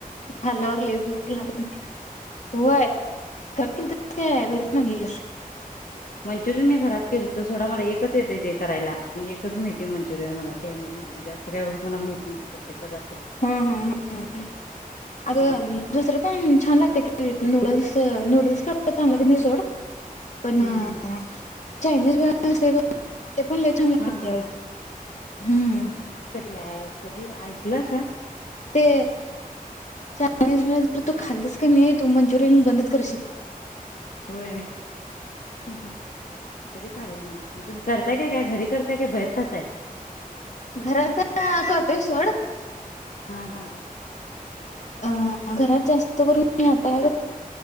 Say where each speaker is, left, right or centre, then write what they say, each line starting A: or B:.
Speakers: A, on the left (about 50°); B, on the left (about 65°).
A: खाल्ल्यावर लयं भूक लागत नाही. व्हय घरात केलंत काय बाहेरून आणलेली.
B: मंच्यूरियन मी घरात केलोतो सोडा. मला एकच येतय ते करायला. आणि एकच माहिती मंच्यूरियन मला चायनीज मध्ये. जास्त काय एवढं मला माहित नाही. कुठले पदार्थ आहेत
A: हं, हं, हं, हं अग
B: हम्म
A: दुसरं पण छान लागतय की. नूडल्स-नूडल्स काय एवढं चांगलं लागत नाही सोड. पण अ.
B: हम्म हम्म
A: चायनीज भेळ असते बघ. ते पण लय छान लागत्या.
B: हा हा
A: हम्म.
B: ते ऍप कधी ऐकलासा.
A: ते चायनीज भेळ. जर तू खाल्लीस की नई. तू मंच्यूरियन बंदच करशील.
B: होय कधी खाल्लं नाही. म तुम्ही करताय काय-काय. घरी करताय काय बाहेर खाताय?
A: घरात आता करतोय सोड.
B: हा हा.
A: अ घरात जास्त करून हाता